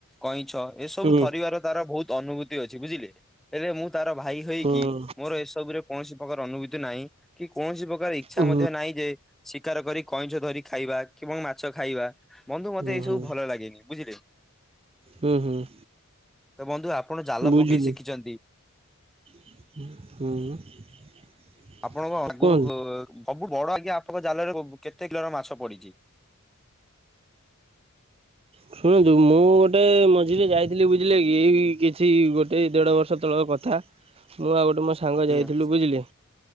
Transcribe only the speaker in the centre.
କଇଁଛ ଏସବୁ
ଧରିବାର ତାର ବହୁତ ଅନୁଭୂତି ଅଛି ବୁଝିଲେ ହେଲେ ମୁଁ ତାର ଭାଇ ହେଇକି
ମୋର ଏସବୁରେ କୌଣସି ପ୍ରକାର ଅନୁଭୂତି ନାହିଁ କି କୌଣସି ପ୍ରକାର ଇଚ୍ଛା
ମଧ୍ୟ ନାହିଁ ଯେ ଶିକାର କରି କଇଁଛ ଧରି ଖାଇବା କି ମାଛ ଖାଇବା ବନ୍ଧୁ ମତେ
ଏଇ
ସବୁ ଭଲ ଲାଗେନି ବୁଝିଲେ
ତ ବନ୍ଧୁ ଆପଣ ଜାଲ
ପକେଇ ଶିଖିଛନ୍ତି
ଆପଣଙ୍କ ଆଗରୁ
ସବୁ ବଡ ଆଜ୍ଞା ଆପଣଙ୍କ ଜାଲରେ କେତେ କିଲୋର ମାଛ ପଡିଛି <inaudible>
ଆଜ୍ଞା